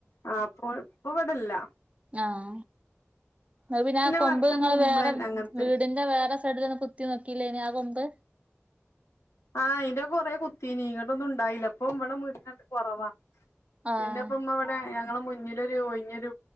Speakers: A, on the left; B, on the right.
A: ആഹ് അപ്പൊൾ ഇപ്പ ഇവിടില്ല
B: ആഹ് എന്നാ പിന്നെ ആ കൊമ്പ്
A: മത്തൻ
B: നിങ്ങള്
A: കുമ്പളൻ
B: വേറെ
A: അങ്ങനത്തെ
B: വീടിന്റെ വേറെ സൈഡിലൊന്നും കുത്തി നോക്കിലേ ഇനി ആ കൊമ്പ്
A: ആഹ് അയിന്റെ കൊറെ കുത്തീനി ഇങ്ങട്ടൊന്നും ഉണ്ടായില്ല ഇപ്പോം ഇവിടെ മുരിങ്ങക്ക കൊറവാ
B: ആഹ്
A: പിന്നെ ഇപ്പ ഉമ്മ ഇവിടെ ഞങ്ങള് മുന്നിലൊരു ഒഴിഞ്ഞൊരു